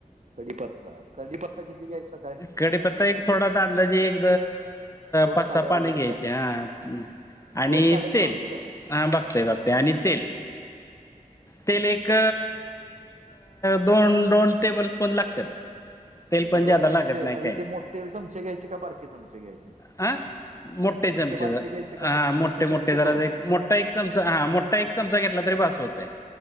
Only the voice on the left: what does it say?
कडीपत्ता एक थोडा दांदा जे एक पाच
पाणी
घ्यायचे
हा आणि
तेल
हा बघतेय बघतेय आणि तेल तेल एक दोन दोन टेबल स्पून लागतात <inaudible>
जादा
लागत नाही
काही
हा मोठे चमचे
ज,
हा
मोठे-मोठे
जरा
एक मोठा एक चमचा हा मोठा एक चमचा घेतला तरी भास होतय.